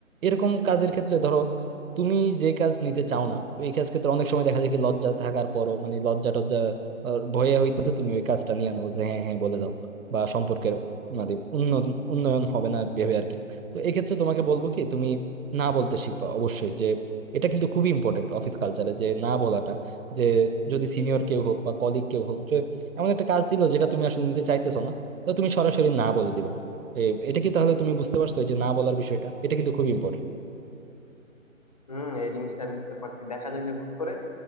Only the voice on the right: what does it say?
এরকম কাজের ক্ষেত্রে ধরো তুমি যে কাজ নিতে চাও না এই কাজ ক্ষেত্রে অনেক সময় দেখা যায় কি লজ্জা থাকার পরও মানে লজ্জা টজ্জা আহ, ভয়ে হইতেছে তুমি ওই কাজটা নিয়ে আনো যে হ্যাঁ হ্যাঁ বলে দাও বা সম্পর্কের মানে উন্নয়ন উন্নয়ন হবে না ভেবে আর কি তো এক্ষেত্রে তোমাকে বলবো কি তুমি না বলতে শিখবা অবশ্যই যে এটা কিন্তু খুবই ইম্পর্টেন্ট অফিস কালচারে যে না বলাটা যে যদি সিনিয়র কেউ হোক বা কলিগ কেউ হোক যে এমন একটা কাজ দিল যেটা তুমি আসলে নিতে চাইতেছো না তো তুমি সরাসরি না বলে দিবা এ, এটা কি তাহলে তুমি বুঝতে পারছো যে না বলার বিষয়টা এটা কিন্তু খুব ইম্পর্টেন্ট